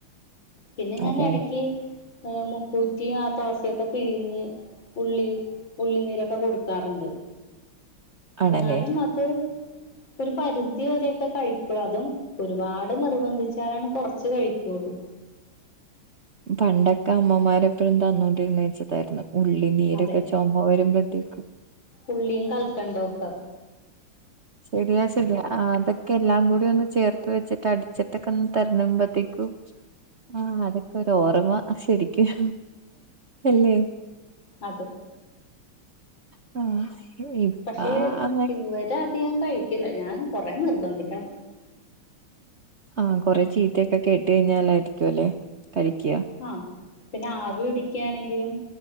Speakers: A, on the left; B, on the right.
A: പിന്നെ ഞാൻ
B: അതെ
A: എടക്ക്
B: അതെ
A: ആ മുക്കുറ്റി തൊളസി ഒക്കെ പിഴിഞ്ഞ് ഉള്ളി ഉള്ളിനീരൊക്കെ കൊടുക്കാറുണ്ട്
B: ആണല്ലേ
A: എന്നാലും അത് ഒരു പരിധി വരെയൊക്കെ കൈക്കൊള്ളൂ അതും ഒരുപാട് നിർബന്ധിച്ചാലാണ് കൊറച്ചു കൈക്കൊള്ളൂ
B: പണ്ടൊക്കെ അമ്മമാർ എപ്പോഴും തന്നോണ്ടിരുന്നതാ ഇച്ച് തരുന്നത് ഉള്ളിനീരൊക്കെ
A: അതെ
B: ചൊമ വരുമ്പഴത്തേക്കും
A: ഉള്ളിയും കൽക്കണ്ടോക്കെ
B: ശരിയാ ശരിയാ അതൊക്കെ എല്ലാം കൂടി ഒന്ന് ചേർത്തുവച്ച് അടിച്ചിട്ട് തരുമ്പോഴേക്കും ആ അതൊക്കെ ഒരു ഓർമ്മ ശരിക്കും അല്ലേ
A: അതെ
B: ആ ഇപ്പ
A: പക്ഷേ <unintelligible>
B: അങ്ങനെ
A: അധികം കഴിക്കില്ല ഞാൻ കൊറെ നിർബന്ധിക്കണം
B: ആ കുറേ ചീത്തയൊക്കെ കേട്ട് കഴിഞ്ഞാൽ ആയിരിക്കുല്ലേ കഴിക്കാ
A: ആഹ് പിന്നെ ആവി പിടിക്കാണെങ്കിലും